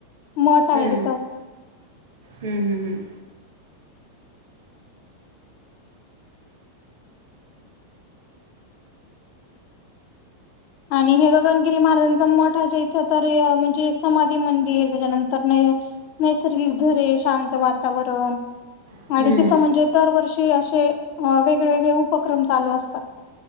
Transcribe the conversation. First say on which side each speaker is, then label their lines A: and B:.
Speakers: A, on the left (about 45°); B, on the right (about 55°).
A: मठ आहे
B: हम्म
A: तिथं.
B: हम्म हम् हम्
A: आणि हे गगनगिरी महाराजांचा मठा च्या इथं तर म्हणजे समाधी मंदिर त्याच्यानंतर हे नैसर्गिक झरे शांत वातावरण.
B: हम्म
A: आणि तिथं म्हणजे दरवर्षी असे अ वेगळे वेगळे उपक्रम चालू असतात.